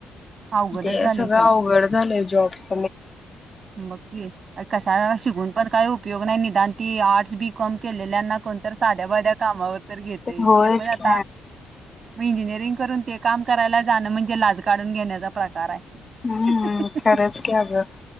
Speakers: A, on the right; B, on the left.
A: अवघडच
B: ते
A: झालंय
B: सगळं अवघड झालंय जॉबस
A: बगकी कशा शिकून पण काही उपयोग नाही नि दान ते आर्ट्स बीकॉम केलेल्यांना कोणत साध्या बाध्या कामावर तर घेते
B: होयच
A: ते पण आता
B: की
A: मग इंजिनिअरिंग करून ते काम करायला जाणं म्हणजे लाज काढून घेणं प्रकार आहे
B: हम्म खरंच की अगं